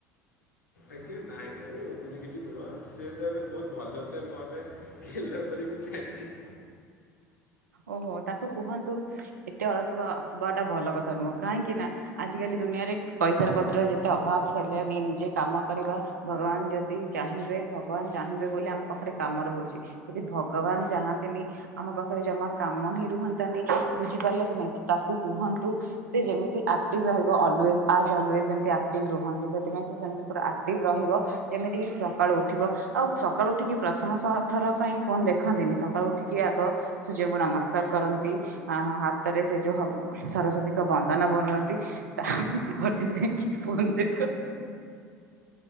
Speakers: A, on the left; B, on the right.
A: ଆଜ୍ଞା, ନାଇଁ, ନାଇଁ ଏମିତି କିଛି ନୁଅ, ସିଏ ତ ଏବେ ବହୁତ ଭଲ ସେ ମୋତେ ଗେଲ କରିକି ଛାଡିଛି।
B: ଓହୋ, ତାକୁ କୁହନ୍ତୁ ଏତେ ଅଳସୁଆ ହବା ଟା ଭଲ କଥା ନୁହଁ। କାହିଁକି ନା ଆଜିକାଲି ଦୁନିଆରେ ପଇସାର ପତ୍ର ଯେତେ ଅଭାବ ହେଲେନି ନିଜେ କାମ କରିବା ଭଗବାନ ଯଦି ଚାହିଁବେ, ଭଗବାନ ଚାହିଁବେ ବୋଲି ଆମ ପାଖରେ କାମ ରହୁଚି। ଯଦି ଭଗବାନ ଚାହାନ୍ତିଁ ନି ଆମ ପାଖ ଖରେ ଜମା କାମ ହିଁ ରୁହନ୍ତାନି, ବୁଝିପାରିଲ କି ନାହିଁ? ତ ତାକୁ କୁହନ୍ତୁ ସେ ଯେମିତି ଆକ୍ଟିଭ୍ ରହିବ ଅଲୱେଜ୍, ଆଜ୍ ଅଲୱେଜ୍ ଯେମିତେ ଆକ୍ଟିଭ୍ ରୁହନ୍ତି, ସେଥିପାଇଁ ସେ ସେମିତି ପୁରା ଆକ୍ଟିଭ୍ ରହିବ। ଯେମିତି କିି ସିଏ ସକାଳୁ ଉଠିବ, ଆଉ ସକାଳୁ ଉଠିକି ପ୍ରଥମ ସହ ଥର ପାଇଁ ଫୋନୂ ଦେଖନ୍ତିନି। ସ କାଳୁ ଉଠିକି ଆଗ ସୂର୍ଯ୍ୟଙ୍କୁ ନମସ୍କାର କରନ୍ତି ଆଁ, ହଁ ହାତରେ ସେ ଯୋଉ ହକ୍ ସରସ୍ୱତୀଙ୍କ ବନ୍ଦନା ବୋଲନ୍ତି। ତା ପରେ ଯାଇକି ଫୋନ୍ ଦେଖ।